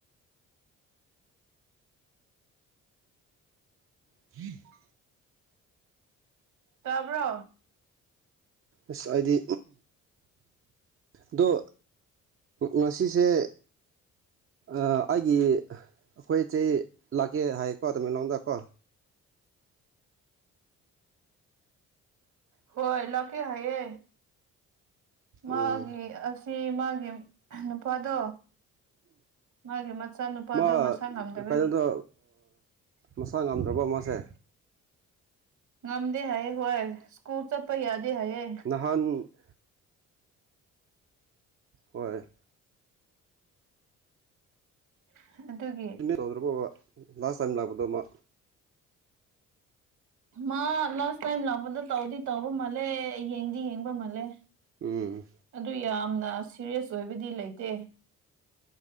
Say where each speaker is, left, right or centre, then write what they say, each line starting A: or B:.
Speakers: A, on the right (about 45°); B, on the right (about 65°).
A: <unintelligible>
B: ꯇꯥꯕ꯭ꯔꯣ
A: ꯏꯁ ꯑꯩꯗꯤ ꯑꯗꯨ ꯉꯁꯤꯁꯦ ꯑꯩꯒꯤ ꯑꯩꯈꯣꯏ ꯆꯩ ꯂꯥꯛꯀꯦ ꯍꯥꯏꯌꯦꯀꯣ ꯇꯃꯦꯡꯂꯣꯡꯗꯀꯣ
B: ꯍꯣꯏ ꯂꯥꯛꯀꯦ ꯍꯥꯏꯌꯦ ꯃꯥꯒꯤ
A: ꯎꯝ
B: ꯑꯁ ꯁꯤ ꯃꯥꯒꯤ ꯅꯨꯄꯥꯗꯣ ꯃꯥꯒꯤ ꯃꯆꯥꯅꯨꯄꯥꯗꯣ
A: ꯃꯥ
B: ꯃꯁꯥ ꯉꯝꯗꯕꯒꯤ
A: ꯀꯩꯅꯣꯗꯣ ꯃꯁꯥ ꯉꯝꯗ꯭ꯔꯕ ꯃꯁꯦ
B: ꯉꯝꯗꯦ ꯍꯥꯏꯌꯦ ꯍꯌꯦ ꯁꯀꯨꯜ ꯆꯠꯄ ꯌꯥꯗꯦ ꯍꯥꯏꯌꯦ
A: <unintelligible> ꯍꯣꯏ
B: <unintelligible>
A: ꯇꯧꯗ꯭ꯔꯕꯕ ꯂꯥꯁ ꯇꯥꯏꯝ ꯂꯥꯛꯄꯗꯣ ꯑꯃ
B: ꯃꯥ ꯂꯥꯁ ꯇꯥꯏꯝ ꯂꯥꯛꯄꯗ ꯇꯧꯗꯤ ꯇꯧꯕ ꯃꯥꯜꯂꯦ ꯌꯦꯡꯗꯤ ꯌꯦꯡꯕ ꯃꯥꯜꯂꯦ
A: ꯎꯝ
B: ꯑꯗꯨ ꯌꯥꯝꯅ ꯁꯤꯔꯤꯌꯁ ꯑꯣꯏꯕꯗꯤ ꯂꯩꯇꯦ